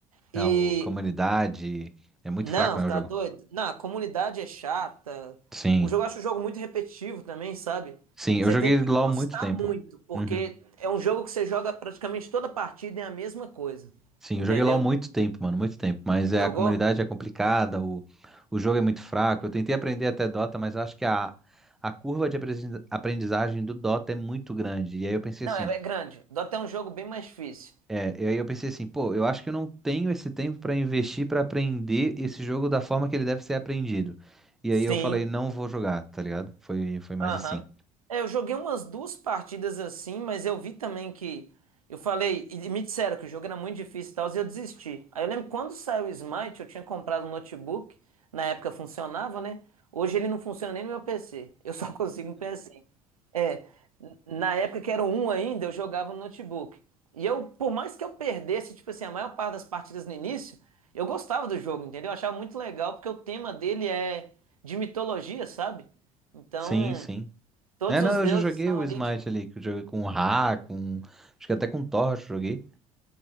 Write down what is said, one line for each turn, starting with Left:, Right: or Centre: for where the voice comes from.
Centre: Não,
Right: E
Centre: o comunidade é muito
Right: não,
Centre: fraco, né,
Right: tá
Centre: o jogo.
Right: doido? Não, a comunidade é chata.
Centre: Sim,
Right: O jogo, eu acho o jogo muito repetitivo também, sabe?
Centre: sim,
Right: Você
Centre: eu joguei
Right: tem que
Centre: LoL
Right: gostar
Centre: há muito tempo.
Right: muito, porque
Centre: Uhum.
Right: é um jogo que você joga praticamente toda partida é a mesma coisa.
Centre: Sim,
Right: Entendeu?
Centre: eu joguei LoL há muito tempo, mano, muito tempo. Mas é,
Right: Jogou?
Centre: a comunidade é complicada, o, o jogo é muito fraco. Eu tentei aprender até Dota, mas eu acho que a, a curva de apresen- aprendizagem do Dota é muito grande. E aí eu pensei
Right: Não,
Centre: assim,
Right: é, é grande. Dota é um jogo bem mais difícil.
Centre: é, e aí eu pensei assim, pô, eu acho que eu não tenho esse tempo pra investir pra aprender esse jogo da forma que ele deve ser aprendido. E
Right: Sim,
Centre: aí eu falei, não vou jogar, tá ligado? Foi, foi mais
Right: Aham.
Centre: assim.
Right: É, eu joguei umas duas partidas assim, mas eu vi também que. Eu falei, e me disseram que o jogo era muito difícil e tal, e eu desisti. Aí eu lembro que quando saiu o Smite, eu tinha comprado um notebook, na época funcionava, né? Hoje ele não funciona nem no meu PC, eu só <laughs> consigo no PS5. É, n- na época que era o um ainda, eu jogava no notebook. E eu, por mais que eu perdesse, tipo assim, a maior parte das partidas no início, eu gostava do jogo, entendeu? Eu achava muito legal, porque o tema dele é de mitologia, sabe? Então.
Centre: Sim, sim.
Right: Todos
Centre: É, não,
Right: os deuses
Centre: eu já joguei
Right: são
Centre: o
Right: ali
Centre: Smite
Right: de.
Centre: ali, que eu joguei com o Ra, com. Acho que até com o Torch eu joguei.